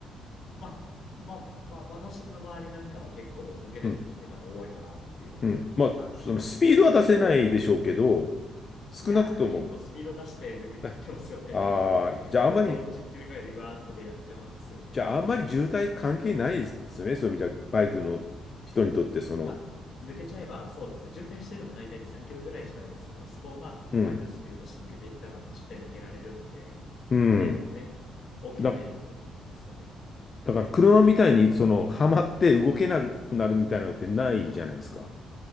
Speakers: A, on the left (about 55°); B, on the left (about 35°).
A: まあ、まあ、まあ、私の周りなんかは結構抜けてってる方多いかなっていうのは、
B: うん。うん。まあ、
A: あの、
B: そのスピードは出せないでしょうけど、
A: あって、そう。
B: 少なくとも、
A: いやー、あの、結構スピード出して抜けてってますよね、
B: ねああ、
A: みんなね。
B: じゃああんまり、
A: 5、5、60キロぐらいで、うわーってね、やってますよね。
B: じゃああんまり渋滞関係ないですよね。そういう意味じゃ、バイクの人にとって、その、
A: まあ、抜けちゃえば、そうですね、渋滞してるのも大体2、3キロぐらいじゃないですから、そこをまあ、
B: うん、
A: ある程度スピード出して抜けていったら、もう絶対抜けられるんで、
B: うん。
A: っていうのはね、大きなメリットでもありますよね。
B: だ、だから車みたいに、その、はまって動けなくなるみたいなのってないじゃないですか。